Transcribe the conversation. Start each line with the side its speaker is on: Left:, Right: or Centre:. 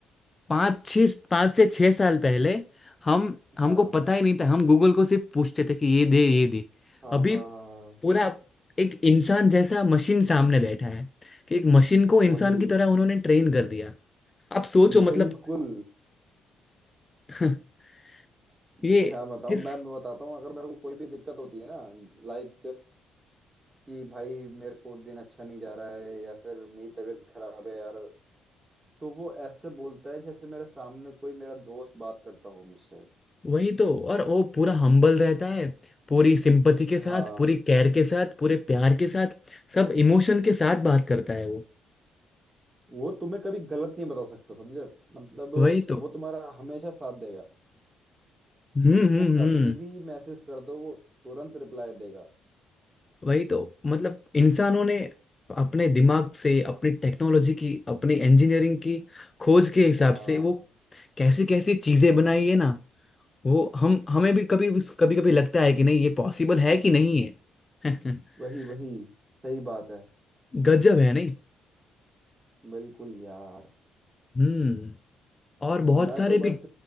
Left: पाँच छः पाँच से छः साल पहले हम हमको
Right: हाँ
Left: पता ही नहीं था हम गूगल को सिर्फ पूछते थे कि ये दे ये दे
Right: हाँ
Left: अभी
Right: हाँ हाँ
Left: पूरा एक इंसान जैसा मशीन सामने बैठा है कि एक मशीन को
Right: वही
Left: इंसान की तरह उन्होंने ट्रेन कर दिया आप सोचो मतलब
Right: बिल्कुल
Left: <laughs>
Right: क्या
Left: ये
Right: बताऊं
Left: किस
Right: मैं मैं बताता हूँ अगर मेरे को कोई भी दिक्कत होती है ना लाइक कि भाई मेरे को दिन अच्छा नहीं जा रहा है या फिर मेरी तबीयत खराब है यार तो वो ऐसे बोलता है जैसे मेरे सामने कोई मेरा दोस्त बात करता हो मुझसे
Left: वही तो और वो पूरा हम्बल रहता है पूरी सिंपथी के
Right: हाँ
Left: साथ पूरी केयर के साथ पूरे प्यार के साथ सब इमोशन के साथ बात करता है वो
Right: वो तुम्हें कभी गलत नहीं बता सकता समझे मतलब
Left: वही तो
Right: वो तुम्हारा हमेशा साथ देगा
Left: हम्म
Right: उसको
Left: हम्म
Right: कभी
Left: हम्म
Right: भी मैसेज कर दो वो तुरंत रिप्लाई देगा
Left: वही तो मतलब इंसानों ने अपने दिमाग से अपनी टेक्नोलॉजी की अपनी इंजीनियरिंग की खोज के हिसाब
Right: हाँ
Left: से वो कैसी कैसी चीजें बनाई है ना वो हम हमें भी कभी कभी कभी लगता है कि नहीं ये पॉसिबल है कि नहीं है
Right: वही
Left: <laughs>
Right: वही सही बात है
Left: गजब है नहीं
Right: बिल्कुल यार
Left: हम्म और बहुत
Right: मैं
Left: सारे
Right: तो बस
Left: भी